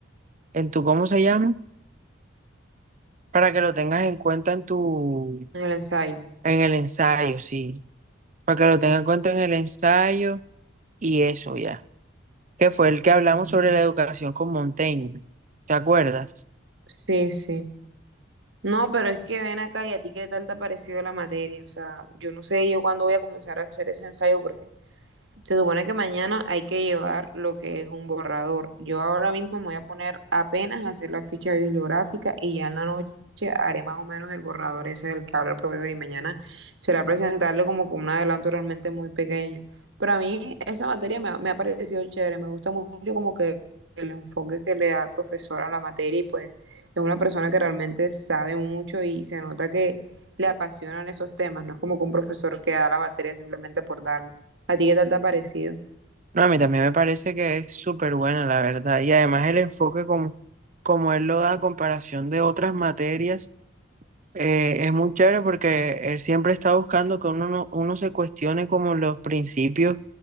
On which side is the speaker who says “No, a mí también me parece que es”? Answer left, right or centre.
Right